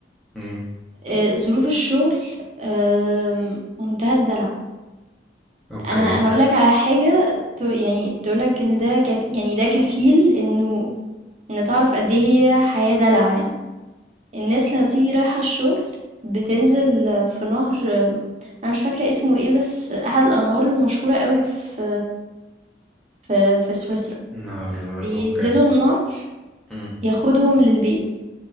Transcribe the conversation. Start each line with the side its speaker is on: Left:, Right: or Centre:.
Centre: امم
Right: آه، ظروف الشغل آم، منتهى الدلع
Centre: اوكي
Right: انا هقول لك على حاجة تو- يعني تقول لك ان ده كف يعني ده كفيل انه ان تعرف قد ايه هي حياة دلع يعني الناس لما بتيجي رايحة الشغل بتنزل في نهر آم، انا مش فاكرة اسمه ايه بس احد الانهار المشهورة قوي في في في سويسرا
Centre: نار
Right: بينزلوا
Centre: اوكي
Right: النهر
Centre: امم
Right: ياخدهم للبيت